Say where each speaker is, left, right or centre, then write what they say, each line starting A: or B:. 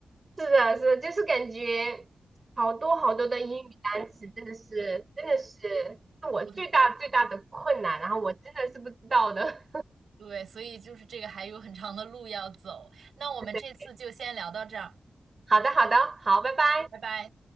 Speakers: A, on the right (about 40°); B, on the right (about 85°).
A: 是的，是的，就是感觉好多好多的英语单词，真的是真的是是我最大最大的困难，
B: 不太
A: 然后我真的是不知道的。
B: 对，所以就是这个还有很长的路要走。那我们这次就先聊到这儿，
A: <laughs> 好的，好的，好，拜拜。
B: 拜拜。